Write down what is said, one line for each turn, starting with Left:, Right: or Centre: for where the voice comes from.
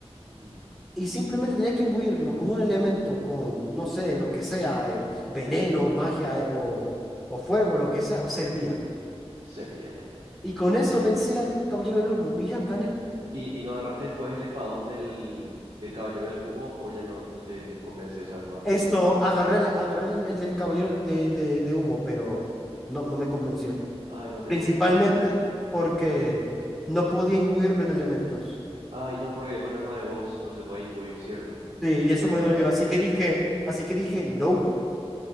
Right: Mm,
Centre: Y simplemente tenía que imbuirlo con un elemento, con, no sé, lo que sea, eh, veneno, magia eh, o, o fuego, lo que sea, servía.
Right: servía ya.
Centre: Y con
Right: Y
Centre: eso
Right: sí.
Centre: vencí al Caballero del Humo y ya gané.
Right: ¿Y, y no agarraste después el espadón del, del caballero del humo o ya no, no te convence esa arma?
Centre: Esto, agarré, la- agarré el, el del Caballero de, de- de Humo, pero no, no me convenció.
Right: Ay, no te
Centre: principalmente
Right: convenció.
Centre: porque no podía imbuirlo en elementos.
Right: Ay, no, porque es un arma de voz, no se puede imbuir, ¿cierto? Me,
Centre: Sí,
Right: me
Centre: y
Right: había
Centre: eso
Right: olvidado
Centre: me dolió.
Right: ese detalle.
Centre: Así que dije, así que dije, nope,